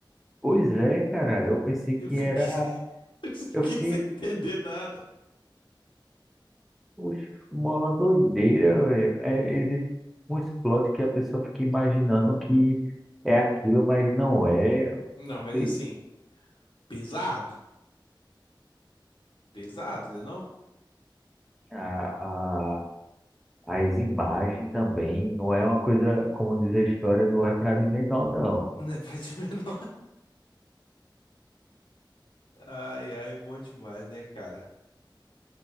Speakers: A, in the centre; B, on the left.
A: Pois é, cara, eu pensei
B: Eu
A: que
B: fiquei,
A: era.
B: <laughs> eu fiquei
A: Eu fiquei
B: sem entender nada.
A: Oxe, uma doideira, velho. É, existe muitos plot que a pessoa fica imaginando que é aquilo, mas não é.
B: Não, mas
A: E
B: assim, pesado. Pesado, né não?
A: A, a, as imagens também não é uma coisa, como diz a história, não é para de menor, não.
B: <laughs> Não é pra de <laughs> menor. Ai, ai, bom demais, né, cara?